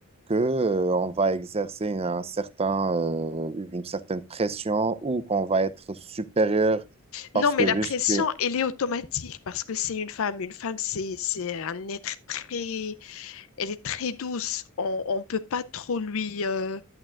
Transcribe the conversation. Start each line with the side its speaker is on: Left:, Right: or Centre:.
Right: que, euh, on va exercer un certain, euh, une certaine pression ou qu'on va être supérieur
Left: Non,
Right: parce
Left: mais
Right: que
Left: la
Right: juste
Left: pression,
Right: tu es
Left: elle est automatique parce que c'est une femme. Une femme, c'est, c'est un être très, elle est très douce. On ne peut pas trop lui, euh,